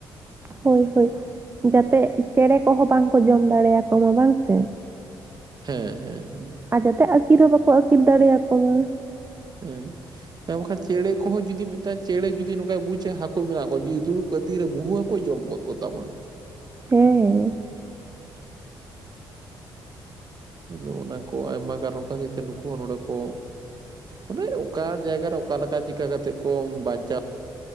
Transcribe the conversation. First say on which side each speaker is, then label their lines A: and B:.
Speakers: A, on the right; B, on the right.
A: ᱦᱳᱭ ᱦᱳᱭ, ᱡᱟᱛᱮᱜ ᱪᱮᱬᱮᱸ ᱠᱚᱦᱚᱸ ᱵᱟᱝ ᱠᱚ ᱡᱚᱢ ᱫᱟᱲᱮᱭᱟᱠᱚ ᱢᱟ ᱵᱟᱝ ᱥᱮ᱾
B: ᱦᱮᱸ ᱦᱮᱸ ᱦᱮᱸ᱾
A: ᱟᱨ ᱡᱟᱛᱮ ᱟᱹᱠᱤᱨ ᱦᱚᱸ ᱵᱟᱠᱚ ᱟᱹᱠᱤᱨ ᱫᱟᱲᱮᱭᱟᱠᱚ ᱢᱟ᱾
B: ᱦᱮᱸ᱾ ᱦᱮᱸ ᱠᱷᱟᱱ ᱪᱮᱬᱮ ᱠᱚᱦᱚᱸ ᱡᱩᱫᱤ ᱢᱤᱫᱴᱟᱝ ᱪᱮᱬᱮ ᱡᱩᱫᱤ ᱱᱚᱝᱠᱟᱭ ᱵᱩᱡᱟ ᱦᱟᱹᱠᱩ ᱢᱮᱱᱟᱜ ᱠᱚᱣᱟ, ᱡᱩᱫᱤ ᱫᱩᱲᱩᱵᱠᱚᱜᱼᱟᱭ ᱛᱤᱨᱮ ᱵᱚᱦᱩ ᱦᱟ ᱠᱳᱭ ᱡᱚᱢ ᱜᱚᱫ ᱠᱚᱛᱟᱢᱟ᱾
A: ᱦᱮᱸᱻ᱾
B: ᱟᱫᱚ ᱚᱱᱟ ᱠᱚ ᱟᱭᱢᱟ ᱠᱟᱨᱚᱱ ᱠᱷᱟᱹᱛᱤᱨ ᱛᱮ ᱱᱩᱠᱩ ᱦᱚᱸ ᱱᱚᱰᱮ ᱠᱚ ᱢᱟᱱᱮ ᱚᱠᱟ ᱡᱟᱭᱜᱟ ᱨᱮ ᱚᱠᱟᱞᱮᱠᱟ ᱪᱤᱠᱟ ᱠᱟᱛᱮᱜ ᱠᱚ ᱵᱟᱧᱪᱟᱣ